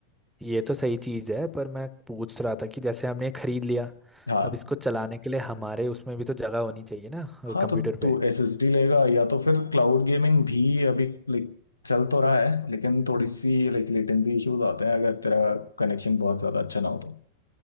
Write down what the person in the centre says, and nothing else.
ये तो सही चीज़ है पर मैं पूछ रहा था कि जैसे हमने खरीद लिया
अब इसको चलाने के लिए हमारे उसमें भी तो जगह होनी चाहिए ना
कंप्यूटर
पे